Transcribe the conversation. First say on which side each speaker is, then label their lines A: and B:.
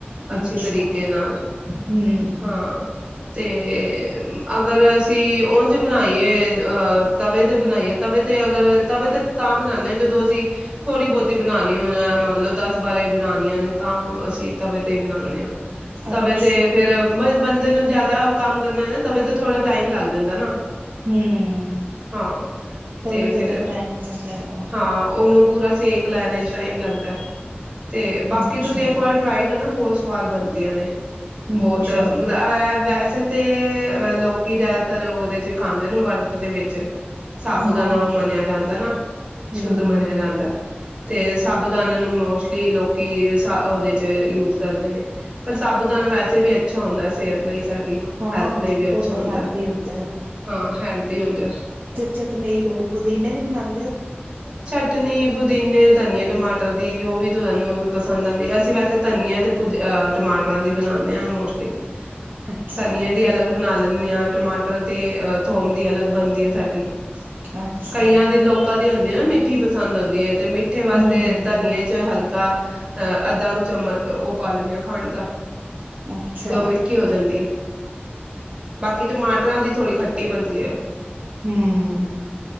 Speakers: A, on the right (about 25°); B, on the right (about 50°).
A: ਅੱਛੇ
B: ਅੱਛਾ
A: ਤਰੀਕੇ ਨਾਲ
B: ਹਮ
A: ਹਾਂ ਤੇ ਅਗਰ ਅਸੀਂ ਉ ਬਣਾਈਏ ਅਹ ਤਵੇ ਤੇ ਬਣਾਈਏ ਤਵੇ ਤੇ ਅਗਰ ਤਵੇ ਤੇ ਤਾਂ ਬਣਾਉਦੇ ਹਾਂ ਜਦੋਂ ਅਸੀਂ ਥੋੜ੍ਹੀ ਬਹੁਤੀ ਬਣਾਉਣੀ ਹੋਣਾ ਮੰਨ ਲਓ ਦਸ ਬਾਰਾਂ ਹੀ ਬਣਾਾਨੀਆਂ ਨੇ ਤਾਂ ਅਸੀਂ ਤਵੇ ਤੇ ਬਨਾਉਦੇ ਹਾਂ ਤਵੇ
B: ਅੱਛਾ
A: ਤੇ ਫਿਰ ਬੰਦੇ ਨੂੰ ਜਿਆਦਾ ਕੰਮ ਕਰਨਾ ਨਾ ਤਵੇ ਤਾਂ ਥੋੜਾ ਟਾਈਮ ਲੱਗ ਜਾਂਦਾ ਨਾ
B: ਹੂੰ
A: ਹਾਂ
B: ਤਵੇ
A: ਤੇ ਫਿਰ
B: ਤਾਂ ਟਾਈਮ ਲੱਗਦਾ ਹੈਗਾ।
A: ਹਾਂ ਉਹਨੂੰ ਪੂਰਾ ਸੇਕ ਲੈਣੇ ਚ ਟਾਈਮ ਲੱਗਦਾ ਤੇ ਬਾਕੀ
B: ਅੱਛਾ,
A: ਤੁਸੀਂ ਇੱਕ ਵਾਰ ਟਰਾਈ ਕਰਨਾ ਬਹੁਤ ਸਵਾਦ ਬਣਦੀ ਤੀਆਂ ਨੇ ਬਹੁਤ
B: ਅੱਛਾ
A: ਮਤਲਬ ਇਹ ਵੈਸੇ ਤੇ ਅ ਲੋਕੀ ਜ਼ਿਆਦਾਤਰ ਉਹਦੇ ਚ ਖਾਂਦੇ ਨੂੰ ਵਰਤ ਦੇ ਵਿੱਚ ਸਾਬੂ
B: ਹਾਂ
A: ਦਾਨ ਉਹ
B: ਹੂੰ,
A: ਮੰਨਿਆ ਜਾਂਦਾ ਨਾ ਸ਼ੁੱਧ
B: ਹੂੰ।
A: ਮੰਨਿਆ ਜਾਂਦਾ ਤੇ ਸਾਬੂ ਦਾਣੇ ਨੂੰ ਲਈ ਲੋਕੀ ਸ ਉਹਦੇ ਯੂਜ ਕਰਦੇ ਨੇ ਪਰ ਸਾਬੂ ਦਾਨਾ ਵੈਸੇ ਵੀ ਅੱਛਾ ਹੁੰਦਾ ਸਿਹਤ ਲਈ ਸਾਡੀ
B: ਹਾਂ
A: ਹੈਲਥ ਲਈ ਵੀ ਅੱਛਾ
B: ਉਹ ਤਾਂ
A: ਹੁੰਦਾ।
B: ਹੈਲਦੀ ਹੁੰਦਾ ਹੈ।
A: ਹਾਂ ਹੈਲਦੀ ਹੁੰਦਾ
B: ਤੇ ਚਟਨੀ ਪੁਦੀਨੇ ਦੀ ਬਣਾ ਹ
A: ਚਟਨੀ, ਪੁਦੀਨੇ, ਧਨੀਆ, ਟਮਾਟਰ। ਟਾਟਰ ਦੀ ਜੋ ਵੀ ਤੁਹਾਨੂੰ ਪਸੰਦ ਆਉਂਦੀ ਹੈ, ਅਸੀਂ ਵੈਸੇ ਧਨੀਆ ਅਤੇ ਪੁਦੀਨੇ ਟਮਾਟਰਾਂ ਦੀ ਬਣਾਉਂਦੇ ਹਾਂ ਮੋਸਟਲੀ।
B: ਅੱਛਾ
A: ਧਨੀਆ ਦੀ ਅਲੱਗ ਬਣਾ ਲੈਂਦੇ ਦੇ ਹਾਂ ਟਮਾਟਰ ਤੇ ਅ ਥੋਮ ਦੀ ਅਲੱਗ ਬਣਦੀ ਹੈ। ਸਾਡੀ
B: ਅੱਛਾ
A: ਕਈਆਂ ਦੀ ਲੋਕਾਂ ਦੀ ਨਾ ਮਿੱਠੀ ਪਸੰਦ ਆਉਂਦੀ ਹੈੜ ਤੇ ਮਿੱਠੇ ਵਾਸਤੇ
B: ਹਮ
A: ਧਨੀਆਂ ਚ ਹਲਕੇ ਅਹ ਅੱਧਾ ਦੋ ਚਮਚ ਉਹ ਪਾ ਦਿੰਦੇ ਹ ਖੰਡ ਦਾ।
B: ਅੱਛਾ
A: ਤੇ ਉਹ ਮਿੱਠੀ ਹੋ ਜਾਂਦੀ ਹੈ। ਬਾਕੀ ਟਮਾਟਰਾਂ ਦੀ ਥੋੜ੍ਹੀ ਖ ਬਣਦੀ ਹੈ।
B: ਹਮ